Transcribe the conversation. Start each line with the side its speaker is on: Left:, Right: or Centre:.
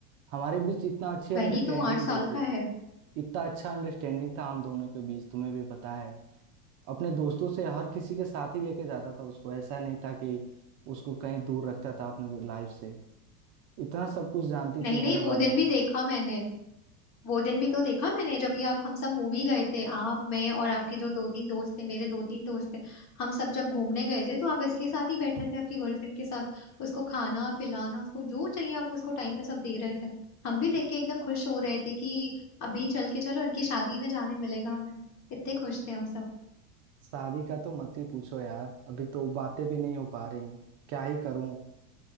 Right: हमारे बीच इतना अच्छी अंडरस्टैंडिंग
Left: वही तो आठ साल
Right: भी थी
Left: का है
Right: इतना अच्छा अंडरस्टैंडिंग था हम दोनों के बीच तुम्हें भी पता है अपने दोस्तों से हर किसी के साथ ही लेके जाता था उसको ऐसा नहीं था कि उसको कहीं दूर रखता था अपने लाइफ से इतना सब कुछ जानती
Left: नहीं
Right: थी मेरे
Left: नहीं वो
Right: बारे
Left: दिन
Right: में
Left: भी देखा मैंने वो दिन भी तो देखा मैंने जब ये आप हम सब मूवी गए थे आप मैं और आपके जो दो तीन दोस्त थे मेरे दो तीन दोस्त थे हम सब जब घूमने गए थे तो आप इसके साथ ही बैठे थे आपकी गर्लफ्रेंड के साथ उसको खाना पिलाना उसको जो चाहिए आप उसको टाइम पे सब दे रहे थे हम भी देख के एकदम खुश हो रहे थे कि अभी चल के चलो इनकी शादी में जाने मिलेगा हमें इतने खुश थे हम सब
Right: शादी का तो मत ही पूछो यार अभी तो बातें भी नहीं हो पा रही हैं क्या ही करूं